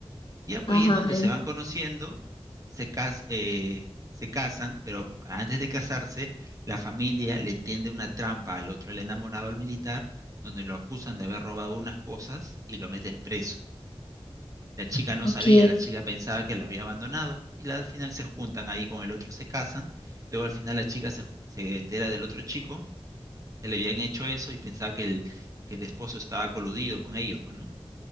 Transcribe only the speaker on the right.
Ya pues
ahí es donde
se van conociendo, se cas- eh, se casan, pero antes de casarse, la familia le tiende una trampa al otro, el enamorado al militar, donde lo acusan de haber robado unas cosas y lo meten preso. La chica no
sabía, la chica pensaba que lo había abandonado y la- al final se juntan ahí con el otro, se casan. Luego al final la chica se, ju- se entera del otro chico que le habían hecho eso y pensaba que el, que el esposo estaba coludido con ellos, pues, ¿no?